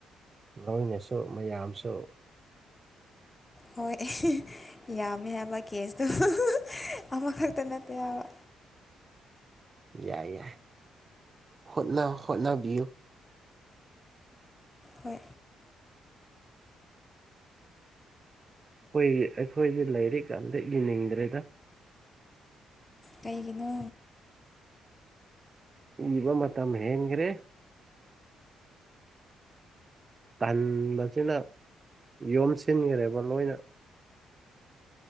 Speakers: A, on the right; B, on the left.
A: ꯂꯣꯏꯅꯁꯨ ꯃꯌꯥꯝꯁꯨ
B: ꯍꯣꯏ ꯍꯤꯍꯤ ꯑꯦ ꯌꯥꯝꯃꯦ ꯍꯥꯏꯕ ꯀꯦꯁꯇꯣ ꯍꯨꯍꯨꯍꯨ ꯑꯃꯈꯛꯇ ꯅꯠꯇꯦ ꯍꯥꯏꯕ
A: ꯌꯥꯏ ꯌꯥꯏ ꯍꯣꯠꯅ ꯍꯠꯅꯕꯤꯌꯨ
B: ꯍꯣꯏ
A: ꯑꯩꯈꯣꯏ ꯑꯩꯈꯣꯏꯗꯤ ꯂꯥꯏꯔꯤꯛ ꯑꯝꯇ ꯏꯅꯤꯡꯗ꯭ꯔꯦꯗ
B: ꯀꯩꯒꯤꯅꯣ
A: ꯏꯕ ꯃꯇꯝ ꯍꯟꯒ꯭ꯔꯦ ꯇꯟꯕꯁꯤꯅ ꯌꯣꯝꯁꯤꯟꯈ꯭ꯔꯦꯕ ꯂꯣꯏꯅ